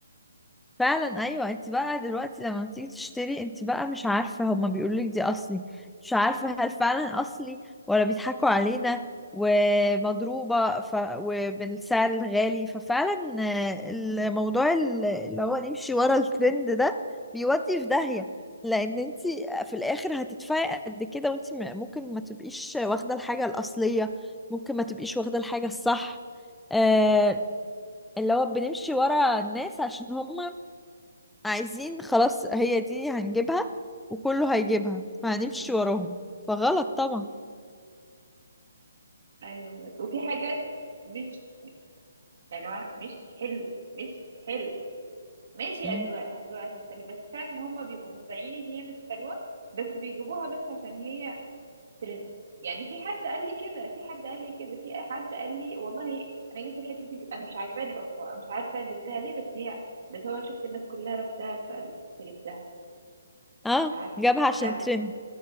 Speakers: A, in the centre; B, on the right.
A: فعلا ايوه انت بقى دلوقتي لما بتيجي تشتري انت بقى مش عارفه هما بيقولوا لك دي اصلي مش عارفه هل فعلا اصلي ولا بيضحكوا علينا ومضروبه ف... وبالسعر الغالي ففعلا آه، الموضوع ال- اللي هو نمشي ورا الترند ده بيودي في داهيه لان انت في الاخر هتدفعي قد كده وانت م- ممكن ما تبقيش واخده الحاجه الاصليه ممكن ما تبقيش واخده الحاجه الصح آه، اللي هو بنمشي ورا الناس عشان هم عايزين خلاص هي دي هنجيبها وكله هيجيبها فهنمشي
B: مم.
A: وراهم فغلط طبعا
B: ايوه وفي حاجات مش يا جماعه مش حلوه مش حلوه ماشي
A: مم.
B: أذواق أذواق تختلف بس فعلا هما بيبقوا مقتنعين إن هي مش حلوة بس بيجيبوها بس عشان هي ترند يعني في حد قال لي كده في حد قال لي كده في حد قال لي والله أنا جبت الحتة دي أنا مش عاجباني أصلا أنا مش عارفة جبتها ليه بس هي بس هو أنا شفت الناس كلها لابساها فجبتها
A: اه
B: عارفة
A: جابها عشان
B: مش عارفة
A: ترند